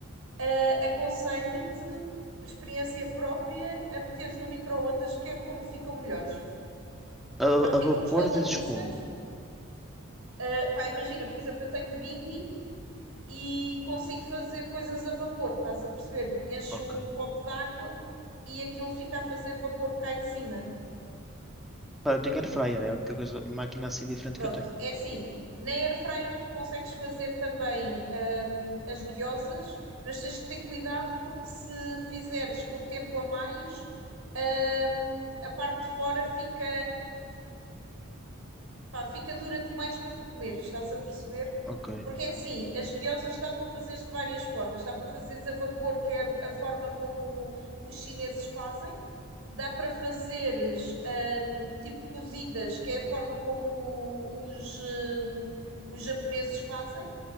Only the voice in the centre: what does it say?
A,
a vapor
dizes como?
Ok.
Pá, eu tenho air fryer, é a única coisa, máquina assim diferente
que eu tenho.
Ok.